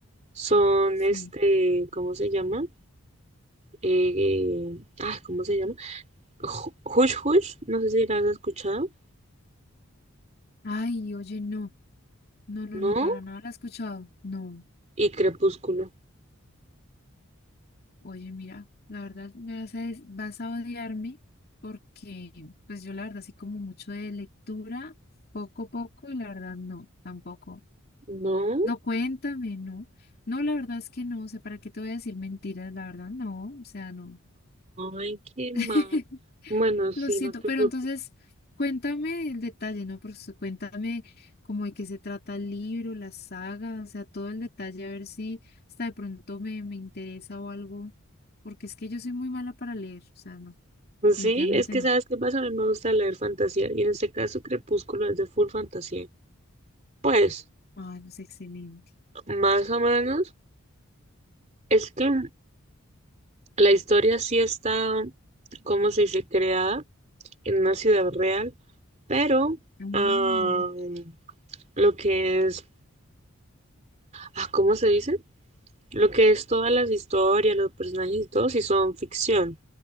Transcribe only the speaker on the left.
Sí.
Ay, oye, no, no, no,
no, para nada la he escuchado. No.
Oye, mira, la verdad me vas a, des- vas a odiarme porque pues yo la verdad sí como mucho de lectura, poco a poco y la verdad no, tampoco.
No, cuéntame, no. No, la verdad es que no, o sea, ¿para qué te voy a decir mentiras? La verdad no, o sea, no.
<laughs>
Lo siento,
pero
entonces cuéntame el detalle, ¿no? Por su- cuéntame cómo de qué se trata el libro, la saga, o sea, todo el detalle, a ver si hasta de pronto me, me interesa o algo, porque es que yo soy muy mala para leer, o sea, no,
definitivamente
no.
Ah, no es excelente.
Ah,